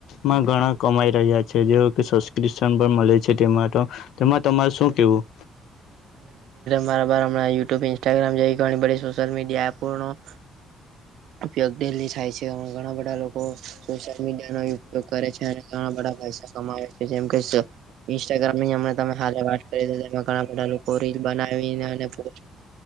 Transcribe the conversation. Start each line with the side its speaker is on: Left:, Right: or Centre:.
Left: માં ઘણા કમાઈ રહ્યા છે જે કે સબસ્ક્રિપ્શન પણ મળે છે તેમાં તો. તેમાં તમારે શું કેવું?
Right: મારાર હણાં યુ્યબ ઇન્સ્ટાગ્રામ જે ઘણી બધી સોશિય મડિયા પૂર્ણ. ઉપયોગ ડેલી થાય છે ઘણા બધા લોકો સોશિયલ મીડિયા ન ઉપયોગ કરે છે અને ઘણા બધા પૈસા કમાવે છે જેમ કે ઇન્સ્ટાગ્રામનીમ તમેા વાત કરી ઘણા બધા લોકો રીલ બનાવીને પો